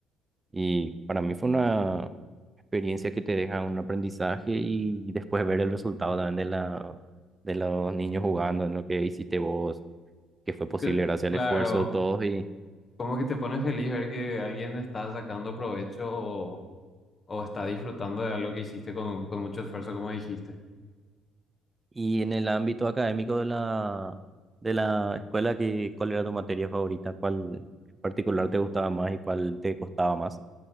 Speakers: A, on the right; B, on the left.
A: Y para mí fue una experiencia que te deja un aprendizaje y después ver el resultado también de la, de los niños jugando, en lo que hiciste vos, que fue posible
B: Cl-
A: gracias
B: claro,
A: al esfuerzo de todos. Y,
B: como que te pone feliz ver que alguien está sacando provecho o, o está disfrutando de algo que hiciste con, con mucho esfuerzo, como dijiste.
A: y en el ámbito académico de la, de la escuela, que, ¿cuál era tu materia favorita? ¿Cuál en particular te gustaba más y cuál te costaba más?